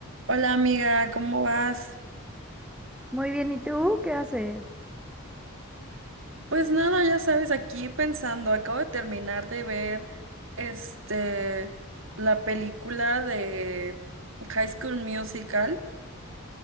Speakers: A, on the right (about 60°); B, in the centre.
A: Hola amiga, ¿cómo vas?
B: Muy bien, ¿y tú qué haces?
A: Pues nada, ya sabes, aquí pensando, acabo de terminar de ver este la película de High School Musical.